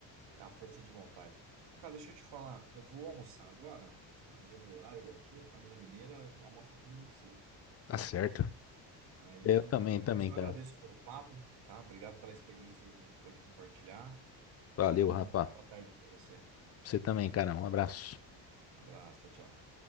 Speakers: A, on the right; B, on the left.
A: É a força de vontade. Cara, deixa eu te falar, eu vou almoçar agora, tá? Deu meu horário aqui, família mineira, almoça todo mundo cedo.
B: Tá certo.
A: Aí,
B: Eu também, também,
A: mas eu
B: cara.
A: agradeço pelo papo, tá? Obrigado pela experiência aí que a gente pôde compartilhar.
B: Valeu,
A: Tenha
B: rapaz.
A: uma boa tarde para você.
B: Você também, cara. Um abraço.
A: Abraço, tchau, tchau.